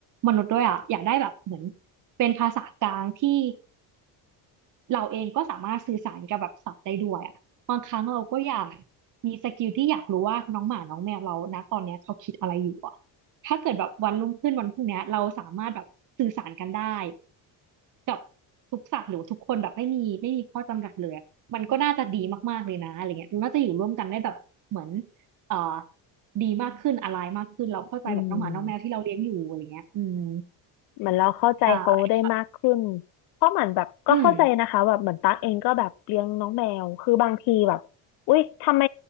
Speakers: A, on the right; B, on the left.
A: มนุษย์ด้วยอะอยากได้แบบเหมือนเป็นภาษากลางที่ เราเองก็สามารถสื่อสารกับแบบสัตว์ได้ด้วยอะบางครั้งเราก็อยากมีสกิลที่อยากรู้ว่าน้องหมาน้องแมวเรานะตอนเนี้ยเขาคิดอะไรอยู่อะถ้าเกิดแบบวันรุ่งขึ้นวันพรุ่งเนี้ยเราสามารถแบบสื่อสารกันได้กับทุกสัตว์หรือทุกคนแบบไม่มีไม่มีข้อจำกัดเลยอะมันก็น่าจะดีมากๆเลยนะอะไรเงี้ยน่าจะอยู่ร่วมกันได้แบบเหมือนเอ่อดีมากขึ้นอะไรมากขึ้นเราเข้าใจแบบน้องหมาน้องแมวที่เราเลี้ยงอยู่อะไรเงี้ยอืม
B: อืม เหมือนเราเข้าใจเขาได้มากขึ้น
A: ใช่ค่ะ
B: เพราะเหมือนแบบก็เข้าใจนะคะแบบเหมือนตั๊กเองก็แบบเลี้ยงน้องแมวคือบางทีแบบอุ๊ยทำไม
A: อืม